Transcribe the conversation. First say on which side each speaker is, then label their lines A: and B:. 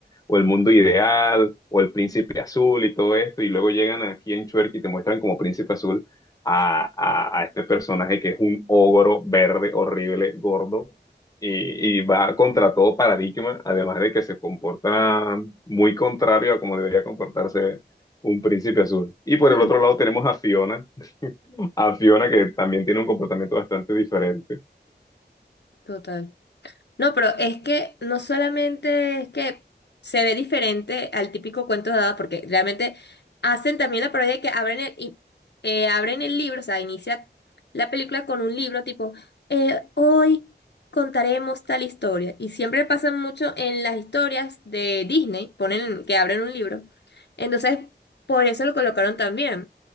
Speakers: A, on the left (about 20°); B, on the left (about 70°).
A: o El Mundo Ideal, o El Príncipe Azul y todo esto, y luego llegan aquí en Chuerk y te muestran como Príncipe Azul a, a- a este personaje que es un ogro verde, horrible, gordo, y, y va contra todo paradigma, además de que se comporta muy contrario a como debería comportarse un Príncipe Azul. Y por
B: Mm,
A: el otro lado tenemos a Fiona, a Fiona que también tiene un comportamiento bastante diferente.
B: total. No, pero es que no solamente es que se ve diferente al típico cuento de hadas, porque realmente hacen también la parodia de que abren el, y- eh, abren el libro, o sea, inicia la película con un libro tipo, eh, hoy contaremos tal historia. Y siempre pasa mucho en las historias de Disney, ponen que abren un libro. Entonces, por eso lo colocaron también.